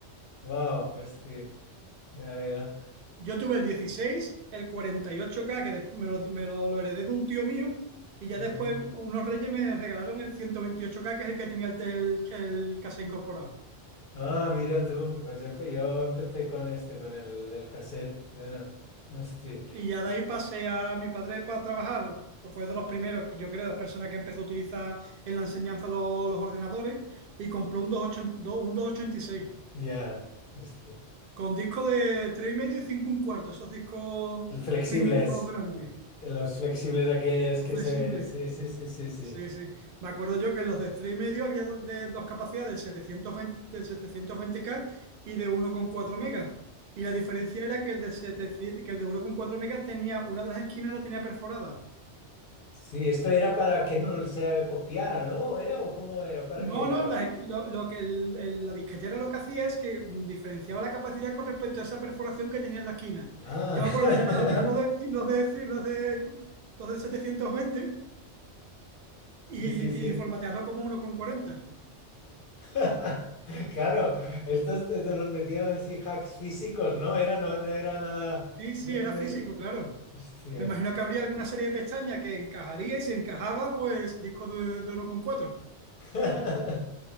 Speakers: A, on the left (about 55°); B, on the right (about 60°).
A: Wow, hostia. Ya, ya.
B: Yo tuve el 16, el cuarenta y ocho k que después me, lo, me lo- lo heredé de un tío mío, y ya
A: Ujú.
B: después unos reyes me regalaron el ciento veintiocho k que es el que tenía el, el el casa incorporado.
A: Ah, mira tú. Pues yo, yo empecé con este, con el, el cassette. Bueno, hostia.
B: Y ya de ahí pasé a mi padre para trabajar. Fue fue de los primeros, yo creo, de las personas que empezó a utilizar en la enseñanza lo- los ordenadores, y compró un 28 ochenta un seis
A: Ya, hostia.
B: con disco de tres y medio y 5 un cuarto, esos discos
A: El flexibles.
B: finitos, grandes,
A: Los flexibles aquellos
B: flexibles.
A: que se... Sí, sí, sí, sí, sí.
B: Sí, sí. Me acuerdo yo que en los de tres y medio había do- de dos capacidades, setecientos veinte de 720 k y de uno coma cuatro megas. Y la diferencia era que el de, 700 que el de uno coma cuatro megas tenía, una de las esquinas la tenía perforada.
A: Sí, esto era para que no se copiara, ¿no? ¿Era o cómo era? ¿Para
B: No,
A: qué era
B: no,
A: esto?
B: las esqui- lo, lo que el- el- la disquetera lo que hacía es que mm, diferenciaba la capacidad con respecto a esa perforación que tenía en la esquina.
A: Ah,
B: Yo me acuerdo de taladrar los de,
A: <laughs>
B: los de, los de, los de 720 y,
A: sí, sí, sí.
B: y formatearlo como uno coma cuarenta
A: <laughs> Claro, estos, estos los metían así hacks físicos, ¿no? Era, no, no era nada
B: Sí, sí,
A: de,
B: era
A: de-
B: físico, claro.
A: Hostia.
B: Me imagino que habría alguna serie de pestañas que encajaría y si encajaba, pues disco de, de uno coma cuatro.
A: <laughs>